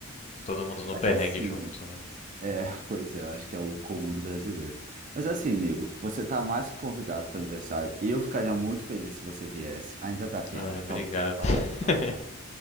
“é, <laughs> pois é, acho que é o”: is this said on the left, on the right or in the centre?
Right